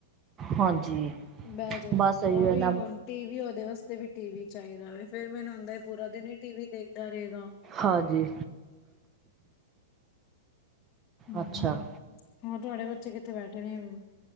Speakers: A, on the right; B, on the left.
A: ਹਾਂਜੀ
B: ਬਹਿ ਜੋੋ,
A: ਬਸ ਇਹੀਓ
B: ਉਹ ਵੀ
A: ਨਾ
B: ਹੁਣ ਟੀ ਵੀ ਉਹਦੇ ਵਾਸਤੇ ਵੀ ਟੀ ਵੀ ਚਾਹੀਦਾ ਵੇ, ਫੇਰ ਮੈਨੂੰ ਹੁੰਦਾ ਪੂਰਾ ਦਿਨ ਹੀ ਟੀ ਵੀ ਦੇਖਦਾ ਰਹੇਗਾ।
A: ਹਾਂਜੀ।
B: ਹੂੰ,
A: ਅੱਛਾ
B: ਹੋਰ ਤੁਹਾਡੇ ਬੱਚੇ ਕਿੱਥੇ ਬੈਠੇ ਨੇ ਊ?